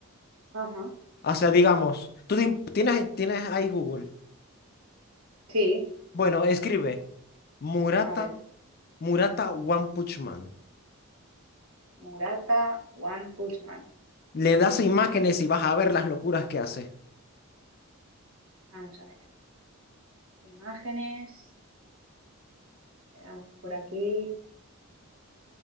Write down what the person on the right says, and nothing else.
Ajá.
Sí,
a ver.
Murata, One Punch Man.
Vamos a ver. Imágenes. Le damos por aquí.